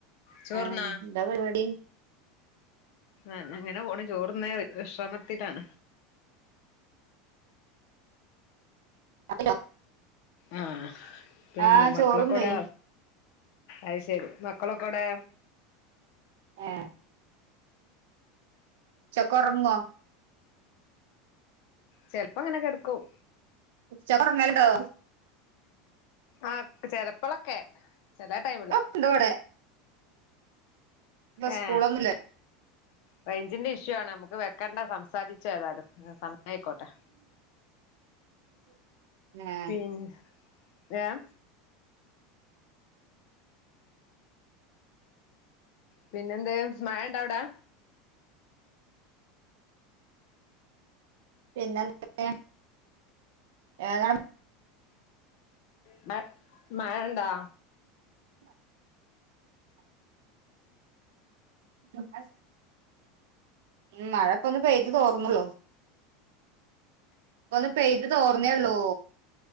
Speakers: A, on the left (about 50°); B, on the right (about 80°).
A: ചോറ്ന്നാ
B: ആഹ് എന്താ പരിപാടി.
A: ആഹ് അങ്ങനെ പോണ് ചോറ്ന്ന് വിശ്രമത്തിലാണ്.
B: അപിട്ടൊ.
A: ആഹാ പിന്നെന്താ
B: ആഹ്
A: മക്കളൊക്കൊവ്ടെ
B: ചോറുന്നേ
A: അയ്ശെരി മക്കളൊക്കോടെ?
B: ഏഹ്. ഉച്ചക്ക്‌ ഉറങ്ങോ
A: ചെൽപ്പൊങ്ങനെ കെട്ക്കും.
B: ഉച്ചക്കൊർങ്ങല്ണ്ടോ
A: ആഹ് ചെലപ്പളൊക്കെ ചെലെ ടൈമില്
B: ഉണ്ട് വടെ
A: ഏ
B: സ്കൂളൊന്നുല്ല
A: റേഞ്ചിന്റെ ഇഷ്യൂ ആണ് നമ്മുക്ക് വെക്കണ്ട സംസാരിചേതായാലും സം എന്നാ ആയിക്കോട്ടെ
B: ഏഹ്
A: പിന്നെ രാം പിന്നെ എന്ത് മഴ ഉണ്ടാവിടെ
B: പിന്നെന്തൊക്കെ ഏതാ
A: അവിടെ മഴ ഉണ്ടോ
B: ഉ <inaudible> ഉ മഴപ്പൊന്ന് പെയ്തി തോർന്നള്ളൂ ഒന്ന് പെയ്ത് തോർന്നേള്ളൂ